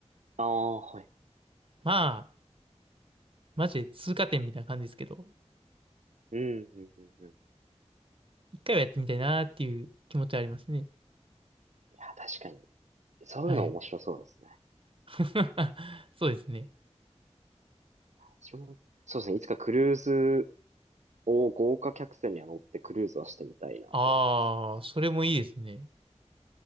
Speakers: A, on the right; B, on the right.
A: ああ、はい。
B: まあ、マジで通過点みたいな感じですけど、
A: うんうんうんうん。い
B: 一回はやってみたいなっていう気持ちはありますね。
A: や、確かに。そういうの面白そうですね。
B: はい。<laughs> そうですね。
A: 私も、そうですね。いつかクルーズを豪華客船には乗ってクルーズはしてみたいなとは思いますね。
B: ああ、それもいいですね。